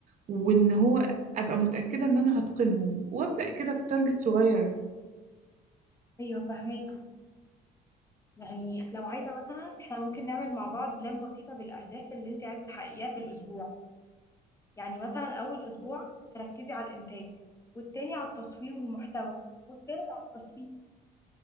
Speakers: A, on the right; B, on the left.
A: وان هو ابقى متاكده ان انا هتقنهم وابدا كده بتارجت صغير
B: ايوه فهماكي يعني لو عايزه مثلا احنا ممكن نعمل مع بعض بلان بسيطه بالاهداف اللي انت عايزه تحققيها في الاسبوع يعني مثلا اول اسبوع تركزي على الانتاج والتاني على التصوير والمحتوى والتالت على التسويق